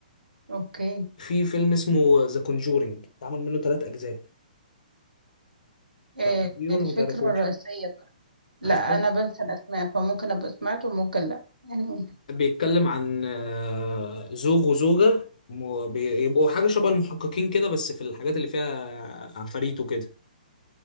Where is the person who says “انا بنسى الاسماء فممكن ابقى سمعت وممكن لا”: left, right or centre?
Right